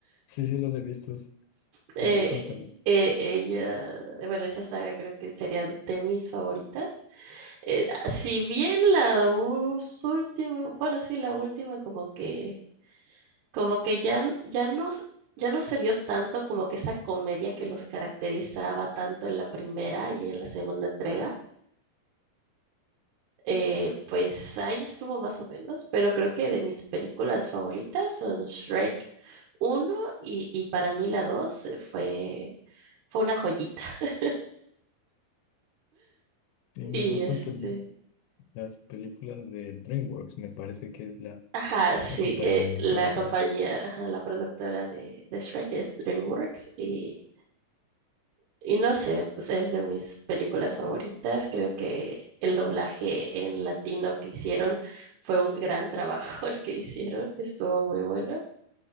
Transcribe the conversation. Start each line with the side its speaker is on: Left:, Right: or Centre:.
Left: sí, sí, los he visto.
Right: Eh,
Left: Me gustan también.
Right: eh, ella, bueno, esa saga creo que sería de mis favoritas. Eh, si bien la última, bueno, sí, la última como que Como que ya, n- ya no, s- ya no se vio tanto como que esa comedia que los caracterizaba tanto en la primera y en la segunda entrega. Eh, pues ahí estuvo más o menos, pero creo que de mis películas favoritas son Shrek uno y, y para mí la 2 eh, fue, fue una joyita. <laughs>
Left: Sí, me
Right: Y
Left: gustan
Right: este,
Left: también las películas de DreamWorks. Me parece que es la,
Right: ajá, sí,
Left: la compañía,
Right: eh,
Left: no
Right: la
Left: productora.
Right: compañía, ajá, la productora de, de Shrek es DreamWorks y Y no sé, o sea, es de mis películas favoritas. Creo que el doblaje en latino que hicieron fue un gran trabajo <laughs> el que hicieron, estuvo muy bueno.